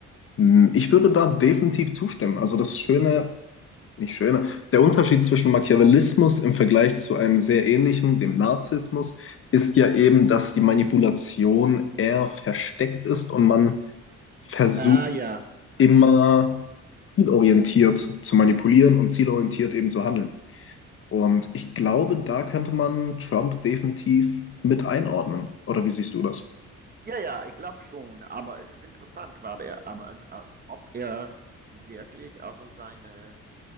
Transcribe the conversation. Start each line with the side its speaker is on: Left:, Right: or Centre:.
Left: Hm, Ich würde da definitiv zustimmen. Also das Schöne, nicht Schöne, der Unterschied zwischen Machiavellismus im Vergleich zu einem sehr ähnlichen, dem Narzissmus, ist ja eben, dass die Manipulation eher versteckt ist und man versucht
Right: Ah, ja.
Left: immer zielorientiert zu manipulieren und zielorientiert eben zu handeln. Und ich glaube, da könnte man Trump definitiv mit einordnen. Oder wie siehst du das?
Right: Ja, ja, ich glaube schon, aber es ist interessant, war der, aber äh, ob er wirklich also seine,